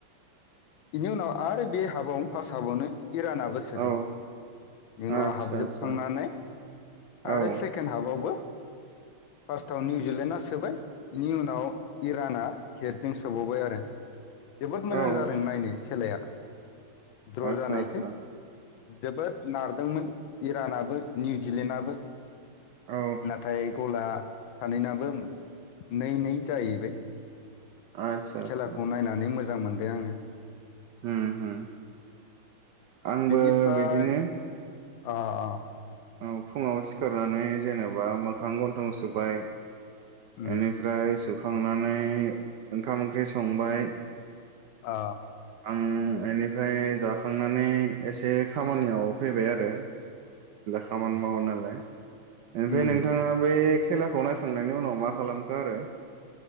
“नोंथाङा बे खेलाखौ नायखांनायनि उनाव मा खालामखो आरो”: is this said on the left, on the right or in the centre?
Right